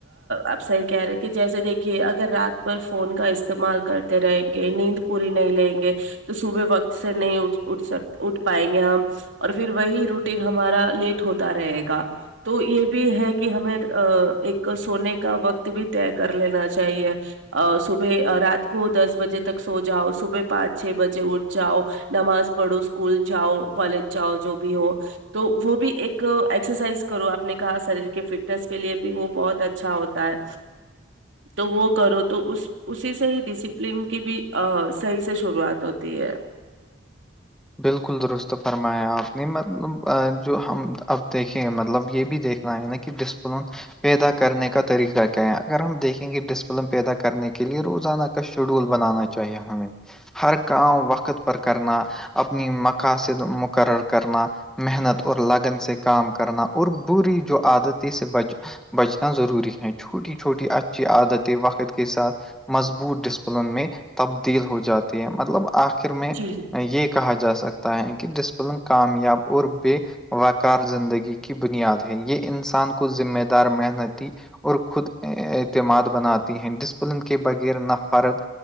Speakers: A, on the right (about 70°); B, in the centre.
A: آپ صحیح کہہ رہے کہ جیسے دیکھیے اگر رات بھر فون کا استعمال کرتے رہیں گے نیند پوری نہیں لیں گے تو صبح وقت سے نہیں اٹھ اٹھ سک اٹھ پائیں گے ہم اور پھر وہی روٹین ہمارا لیٹ ہوتا رہے گا تو یہ بھی ہے کہ ہمیں ایک سونے کا وقت بھی طے کر لینا چاہیے ا صبح رات کو دس بجے تک سو جاؤ صبح پانچ چھ بجے اٹھ جاؤ نماز پڑھو اسکول جاؤ کالج جاؤ جو بھی ہو تو وہ بھی ایک ایکسرسائز کرو آپ نے کہا شریر کے فٹنیس کے لیے بھی وہ بہت اچھا ہوتا ہے تو وہ کرو تو اس اسی سے ہی ڈسپلن کی بھی صحیح سے شروعات ہوتی ہے
B: بالکل درست فرمایا آپ نے مطلب جو ہم اب دیکھے مطلب یہ بھی دیکھ نہیں نا کہ ڈسپلون پیدا کرنے کا طریقہ کیا ہے اگر ہم دیکھیں گے ڈسپلن پیدا کرنے کے لیے روزانہ کا شیڈول بنانا چاہیے ہمیں ہر کام وقت پر کرنا اپنی مقا سے مقرر کرنا محنت اور لگن سے کام کرنا اور بری جو عادتی سے بچ بچنا ضروری ہے چھوٹی چھوٹی اچھی عادتیں وقت کے ساتھ مضبوط ڈسپلن میں تبدیل ہو جاتی ہے مطلب آخر میں
A: جی
B: یہ کہا جا سکتا ہے کہ ڈسپلن کامیاب اور بے وقار زندگی کی بنیاد ہے یہ انسان کو ذمہ دار محنتی اور خود اعتماد بناتی ہیں ڈسپلن کے بغیر نہفرد